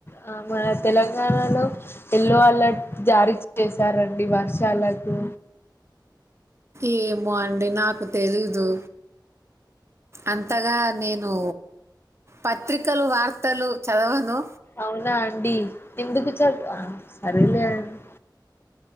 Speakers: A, on the left; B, on the right.
A: ఆ మన తెలంగాణలో ఎల్లో అలర్ట్ జారీ చేశారండి వర్షాలకు
B: ఏమో అండి నాకు తెలీదు. అంతగా నేను పత్రికలు, వార్తలు చదవను.
A: అవునా అండి. ఎందుకు చ ఆ సరలే అండి